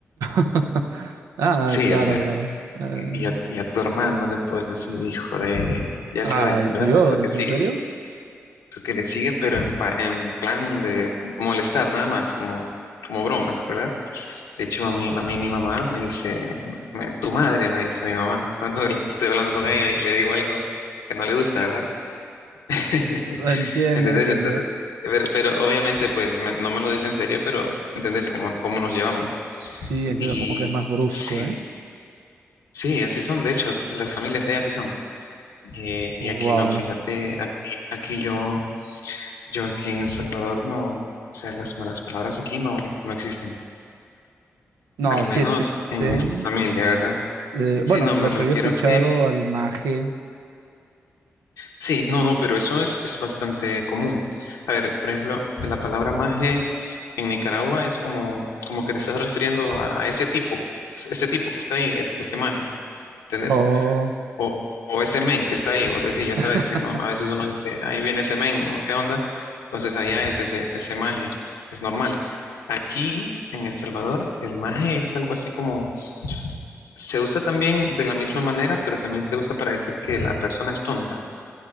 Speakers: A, on the right; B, on the left.
A: <laughs> Ah,
B: Sí,
A: claro,
B: o sea,
A: claro. Eh,
B: Y a, y a tu hermano le puedes decir, hijo de, ya
A: ay,
B: sabes, ¿verdad?
A: Dios,
B: Lo que sigue,
A: ¿en serio?
B: lo que le sigue, pero en, pa- en plan de molestar nada más, como, como bromas, ¿verdad? De hecho,
A: Mm.
B: a mí, a mí mi mamá me dice, me- tu madre me dice mi mamá, <laughs> cuando estoy hablando con ella y le digo algo que no le gusta, ¿verdad? <laughs>
A: Entiendo,
B: ¿Entendés?
A: entiendo.
B: Entonces, pero, pero obviamente, pues me- no me lo dice en serio, pero ¿entendés cómo, cómo nos llevamos?
A: Sí, entiendo
B: Y
A: como que es más brusco,
B: sí,
A: ¿eh?
B: sí, así son, de hecho, las familias ahí así son. Eh,
A: Wow.
B: y aquí no, fíjate, aquí, aquí yo, yo aquí en El Salvador no, o sea, las malas palabras aquí no, no existen,
A: No,
B: al
A: sí
B: menos
A: existen.
B: en esta familia, ¿verdad?
A: Eh,
B: Sí,
A: bueno,
B: no,
A: lo
B: me refiero
A: que había escuchado,
B: a que,
A: al maje.
B: sí, no, no, pero eso es, es bastante común. A ver, por ejemplo, la palabra maje en Nicaragua es como, como que te estás refiriendo a, a ese tipo, ese tipo que está ahí, es, ese maje, ¿entendés?
A: Oh.
B: O, o ese men que está ahí, vos decís, ya
A: <laughs>
B: sabes, que no- a veces uno dice, ahí viene ese men, o qué onda. Entonces allá es ese, ese maje, es normal. Aquí en El Salvador, el maje es algo así como, se usa también de la misma manera, pero también se usa para decir que la persona es tonta.